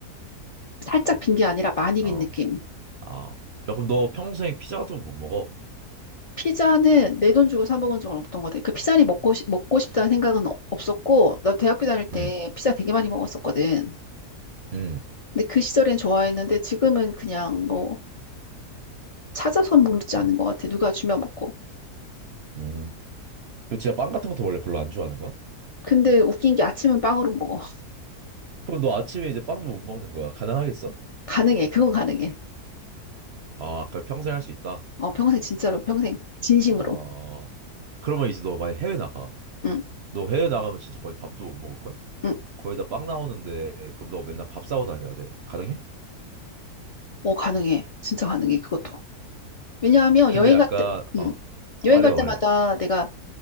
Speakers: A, on the left (about 65°); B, on the right (about 60°).
A: 살짝 빈 게 아니라 많이
B: 어,
A: 빈 느낌.
B: 아. 야, 그럼 너 평생 피자 같은 거 못 먹어?
A: 피자는 내 돈 주고 사 먹은 적은 없던 것 같아. 그 피자니 먹고, 싶- 먹고 싶다는 생각은 없- 없었고, 나 대학교 다닐 때
B: 음,
A: 피자 되게 많이 먹었었거든.
B: 음.
A: 근데 그 시절엔 좋아했는데 지금은 그냥 뭐 찾아서는 먹지
B: 아,
A: 않는 것 같아. 누가 주면 먹고.
B: 음. 너 진짜 빵 같은 것도 원래 별로 안 좋아하는 거야?
A: 근데 웃긴 게 아침은 빵으로 먹어. <laughs>
B: 그럼 너 아침에 이제 빵도 못 먹는 거야. 가능하겠어?
A: 가능해. 그건 가능해.
B: 아, 그럼 평생 할 수 있다.
A: 어, 평생 진짜로 평생 진심으로.
B: 아, 그러면 이제 너 만약 해외 나가.
A: 응,
B: 너 해외 나가면 진짜 거의 밥도 못 먹을걸?
A: 응.
B: 거의 다 빵 나오는데, 그럼 너 맨날 밥 싸고 다녀야 돼. 가능해?
A: 어, 가능해. 진짜 가능해. 그것도. 왜냐하면
B: 근데
A: 여행
B: 약간,
A: 갈 때, 응.
B: 어, 아,
A: 여행
B: 말해봐,
A: 갈 때마다
B: 말해봐.
A: 내가